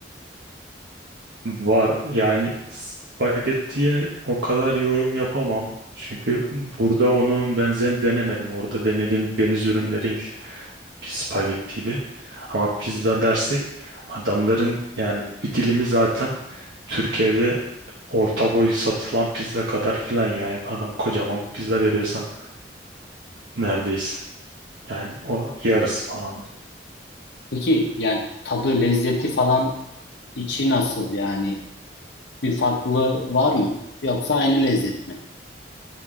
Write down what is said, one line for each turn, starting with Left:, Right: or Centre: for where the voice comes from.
Right: Var. Yani spagettiye o kadar yorum yapamam. Çünkü burada onun benzerini denemedim. Orada denediğim deniz ürünleriyle bir spagettiydi. Ama pizza dersek adamların yani bir dilimi zaten Türkiye'de orta boy satılan pizza kadar filan yani adam kocaman pizza veriyor sana neredeyse. Yani o yarısı falan.
Left: Peki yani tadı, lezzeti falan içi nasıl yani? Bir farklı var mı? Yoksa aynı lezzet mi?